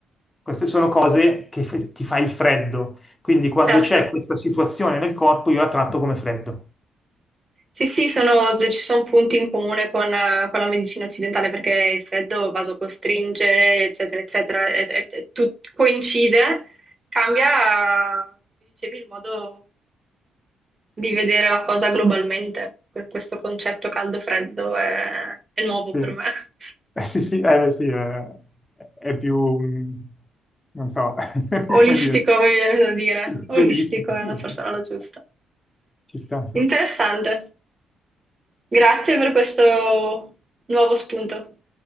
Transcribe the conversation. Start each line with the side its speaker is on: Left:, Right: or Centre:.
Left: Queste sono cose che fe- ti fa il freddo. Quindi quando
Right: certo.
Left: c'è questa situazione nel corpo, io la tratto come freddo.
Right: Sì, sì, sono- ci sono punti in comune con, eh, con la medicina occidentale perché il freddo vasocostringe, eccetera, eccetera, e, e- e tut- coincide, cambia, come dicevi, il modo di vedere la cosa globalmente. Que- Questo concetto caldo-freddo è, è nuovo
Left: Sì.
Right: per
Left: <laughs>
Right: me. <laughs>
Left: Eh, sì, sì, eh, beh, sì, eh, è più, mm, non so, <laughs>
Right: Olistico,
Left: come dire,
Right: mi viene da dire.
Left: piccolistico.
Right: Olistico è
Left: Sì,
Right: la forse
Left: sì,
Right: la
Left: sì,
Right: giusta.
Left: ci sta, sì.
Right: Interessante. Grazie per questo nuovo spunto,